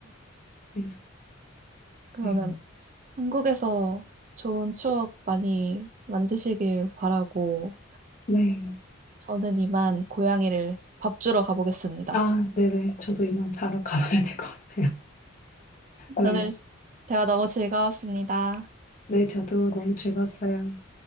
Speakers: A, on the left; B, on the right.
A: 그래서,
B: 그러면
A: 네.
B: 한국에서 좋은 추억 많이 만드시길 바라고
A: 네.
B: 저는 이만 고양이를 밥 주러 가보겠습니다.
A: 아, 네네. 저도 이만 자러 가봐야 될 것 같아요. 네.
B: 오늘 대화 너무 즐거웠습니다.
A: 네, 저도 너무 즐거웠어요.